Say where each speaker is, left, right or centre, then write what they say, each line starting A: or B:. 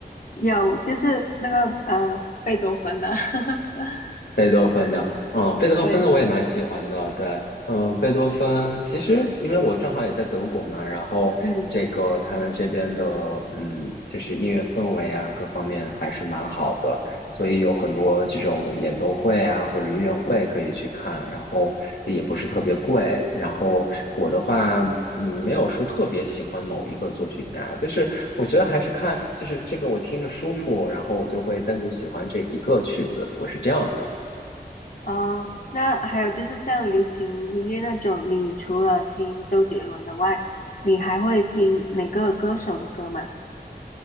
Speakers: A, on the left; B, on the left.
A: 有，就是那个呃贝多芬的，<laughs>
B: 贝多芬的，嗯，贝多芬的我也蛮喜欢的，
A: 对，
B: 对，嗯，贝多芬其实因为我正好也在德国嘛，然后这个他们这边的，
A: 嗯
B: 嗯，就是音乐氛围啊，各方面还是蛮好的，所以有很多这种演奏会啊或者音乐会可以去看，然后也不是特别贵，然后我的话。嗯，没有说特别喜欢某一个作曲家，就是我觉得还是看，就是这个我听着舒服，然后我就会单独喜欢这一个曲子，我是这样的。
A: 哦，那还有就是像流行音乐那种，你除了听周杰伦的外，你还会听哪个歌手的歌吗？